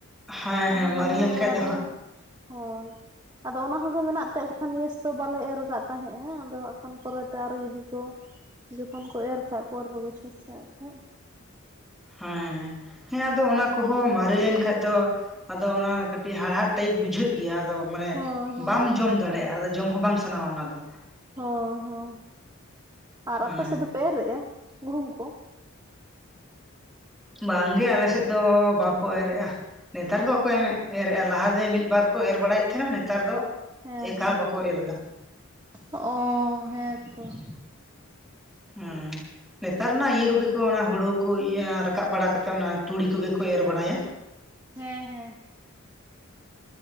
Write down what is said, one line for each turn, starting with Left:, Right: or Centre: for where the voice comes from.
Centre: ᱦᱮᱸ ᱦᱮᱸ
Right: ᱟᱫᱚ
Centre: ᱢᱟᱨᱮ
Right: ᱛᱟᱦᱞᱮ
Centre: ᱞᱮᱱᱠᱷᱟᱡ ᱫᱚ
Right: ᱟᱫᱚ,
Centre: ᱦᱟᱸᱜ
Right: ᱦᱳᱭ ᱟᱫᱚ ᱚᱱᱟ ᱦᱚᱸᱜᱮ ᱢᱮᱱᱟᱜ ᱛᱮ ᱱᱮᱥ ᱫᱚ ᱵᱟᱞᱮ ᱮᱨ ᱠᱟᱫᱷ ᱛᱟᱦᱮᱸᱼᱟ, ᱟᱫᱚ ᱦᱟᱸᱜ ᱠᱷᱟᱱ ᱯᱚᱨᱮᱛᱮ ᱟᱨᱚ ᱡᱩᱫᱤ ᱠᱚ ᱡᱚᱠᱷᱚᱱ ᱠᱚ ᱮᱨ ᱠᱷᱟᱡ ᱯᱚᱨᱮᱨ ᱵᱚᱪᱷᱚᱨ ᱥᱮᱫᱷ ᱠᱷᱟᱡ᱾
Centre: ᱦᱮᱸᱻ᱾ ᱦᱮᱸ ᱟᱫᱚ ᱚᱱᱟ
Right: ᱦᱳᱭ
Centre: ᱠᱚᱦᱚᱸ ᱢᱟᱨᱮ ᱞᱮᱱ ᱠᱷᱟᱡ ᱫᱚ ᱟᱫᱚ ᱚᱱᱟ ᱠᱟᱴᱤᱡ ᱦᱟᱲᱦᱟᱫ ᱴᱟᱭᱤᱯ ᱵᱩᱡᱷᱟᱹᱜ ᱜᱮᱭᱟ ᱟᱫᱚ ᱢᱟᱱᱮ
Right: ᱦᱳᱭ ᱦᱳᱭ
Centre: ᱵᱟᱢ ᱡᱚᱢ ᱫᱟᱲᱮᱭᱼᱟ ᱟᱫᱚ ᱡᱚᱢ ᱦᱚᱸ ᱵᱟᱝ ᱥᱟᱱᱟᱣᱟ ᱚᱱᱟ ᱫᱚ᱾
Right: ᱦᱚᱸ ᱦᱚᱸ᱾ ᱟᱨ
Centre: ᱦᱮᱸ
Right: ᱟᱯᱮ ᱥᱮᱫ ᱫᱚᱯᱮ ᱮᱨᱮᱫᱼᱟ ᱜᱩᱦᱩᱢ ᱠᱚ?
Centre: ᱵᱟᱝᱜᱮ ᱟᱞᱮ ᱥᱮᱫ ᱫᱚ ᱵᱟᱠᱚ ᱮᱨᱮᱜᱼᱟ᱾ ᱱᱮᱛᱟᱨ ᱫᱚ ᱵᱟᱠᱚ ᱮᱢ ᱮᱨ ᱨᱮᱜᱼᱟ, ᱞᱟᱦᱟᱛᱮ ᱢᱤᱫ ᱵᱟᱨ ᱠᱚ ᱮᱨ ᱵᱟᱲᱟᱭᱮᱫ ᱛᱟᱦᱮᱱᱟ ᱱᱮᱛᱟᱨ ᱫᱚ
Right: ᱦᱮᱸ
Centre: ᱮᱠᱟᱞ
Right: ᱦᱮᱸ᱾
Centre: ᱵᱟᱠᱚ ᱮᱨ ᱮᱫᱟ
Right: ᱚ ᱦᱮᱸ ᱛᱚ ᱾
Centre: ᱦᱩᱸ ᱾ ᱱᱮᱛᱟᱨ ᱱᱟ ᱤᱭᱟᱹ ᱠᱚᱜᱮ ᱠᱚ ᱚᱱᱟ ᱦᱩᱲᱩ ᱠᱚ ᱤᱭᱟᱹ ᱨᱟᱠᱟᱵ ᱵᱟᱲᱟ ᱠᱟᱛᱮᱫ ᱚᱱᱟ ᱛᱩᱲᱤ ᱠᱚᱜᱮ ᱠᱚ ᱮᱨ ᱵᱟᱲᱟᱭᱟ᱾
Right: ᱦᱮᱸ ᱦᱮᱸ᱾